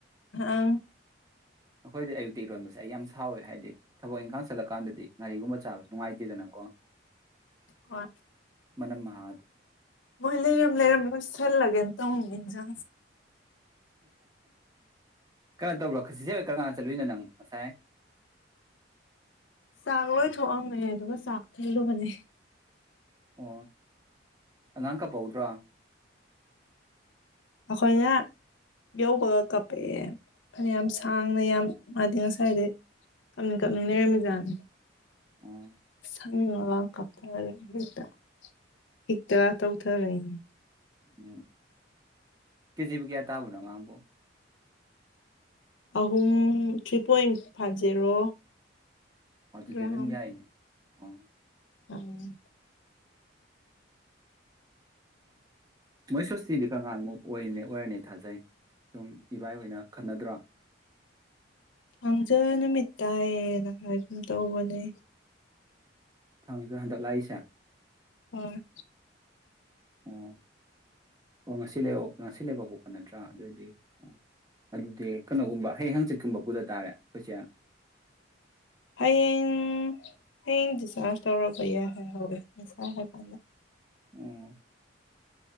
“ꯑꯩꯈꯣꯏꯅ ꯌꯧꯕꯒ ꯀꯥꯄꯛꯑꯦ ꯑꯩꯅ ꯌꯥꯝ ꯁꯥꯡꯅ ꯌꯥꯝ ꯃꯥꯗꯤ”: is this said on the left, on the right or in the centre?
Left